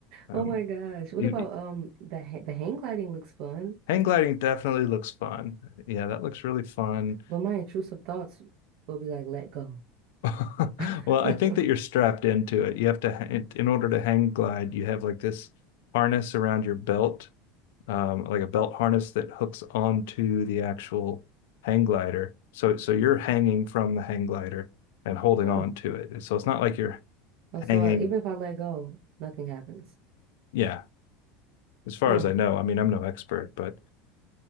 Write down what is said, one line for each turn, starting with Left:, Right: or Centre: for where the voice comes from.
Left: Um,
Right: Oh my gosh. What
Left: you,
Right: about um the ha the hang gliding looks fun,
Left: hang gliding definitely looks fun. Yeah, that looks really fun.
Right: but my intrusive thoughts will be like let go.
Left: <laughs>
Right: <laughs>
Left: Well, I think that you're strapped into it. You have to ha- in order to hang glide, you have like this harness around your belt, um, like a belt harness that hooks onto the actual hang glider. So so you're hanging from the hang glider and holding
Right: Oh.
Left: on to it. So it's not like you're
Right: Oh, so
Left: hanging,
Right: uh, even if I let go, nothing happens.
Left: yeah, as far
Right: Oh.
Left: as I know. I mean, I'm no expert, but